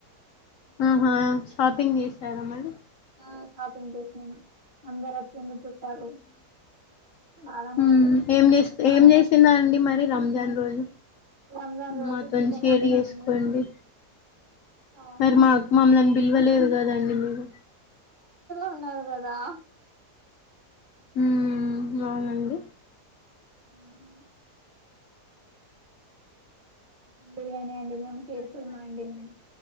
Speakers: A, on the left; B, on the right.
A: ఆహా షాపింగ్ చేసారా మరి
B: ఆ షాపింగ్ చేసాను అందర్ వచ్చి <inaudible> కాలు బాగానే
A: మ్మ్
B: ఉండే
A: ఏం చేస్త ఏం చేసిన అండి మరి రంజాన్ రోజు
B: రంజాన్ రోజు
A: మాతోని
B: చికెన్
A: షేర్
B: బిర్యానీ
A: చేసుకోండి
B: అవునా
A: మరి మాకు మమల్ని విలువలేదు కదండి మీరు
B: ఉన్నా కదా
A: ఉమ్ బవునండి
B: ఉమ్ చన్ బిర్యానీ అండిందిం మెము కుర్మ అండిందం